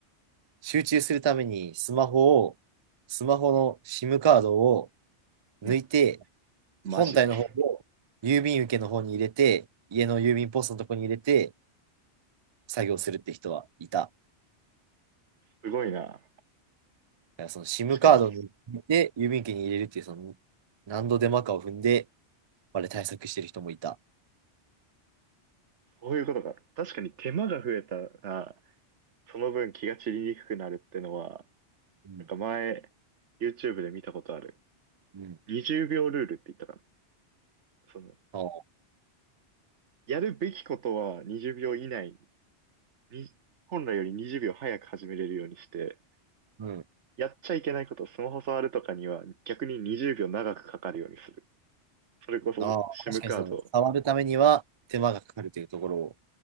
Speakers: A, on the right (about 50°); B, on the right (about 85°).
A: 集中するためにスマホを、スマホの SIM カードを
B: うん。
A: 抜いて
B: マジ。
A: 本体の方を郵便受けの方に入れて、
B: <laughs>
A: 家の郵便ポストのとこに入れて作業するって人はいた。だ
B: すごいな。
A: からその SIM
B: 確かに。
A: カードに入れて、郵便受けに入れるっていう、その何度手間かを踏んで、あれ対策してる人もいた。
B: そういうことか。確かに手間が増えたら、その分気が散りにくくなるってのは、
A: うん。
B: なんか前、YouTube で見たことある。
A: うん。
B: 20秒ルールって言ったかな。その、
A: ああ、
B: やるべきことは20秒以内に、本来より20秒早く始めれるようにして、
A: うん。
B: やっちゃいけないこと、スマホ触るとかには逆に20秒長くかかるようにする。それこそ
A: ああ、
B: SIM
A: 確かにその、
B: カード、
A: 触るためには手間がかかるというところ